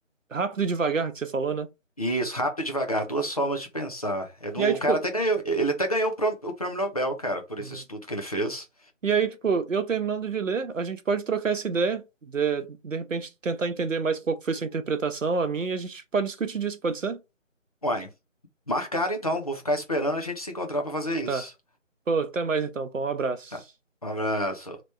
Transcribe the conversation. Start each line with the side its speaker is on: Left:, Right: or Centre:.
Right: Rápido e Devagar que você falou, né?
Left: Isso, rápido e devagar, duas formas de pensar. É do,
Right: E
Left: o
Right: aí, tipo.
Left: cara até ganhou, ele até ganhou o prêmio, o prêmio Nobel, cara, por
Right: Uhum.
Left: esse estudo que ele fez.
Right: E aí, tipo, eu terminando de ler, a gente pode trocar essa ideia, de, de repente tentar entender mais qual que foi sua interpretação, a minha, e a gente pode discutir disso, pode ser?
Left: Uai, marcaram então, vou ficar esperando a gente se encontrar para fazer isso.
Right: Tá. Pô, até mais então, pô, um abraço.
Left: Tá. Um abraço.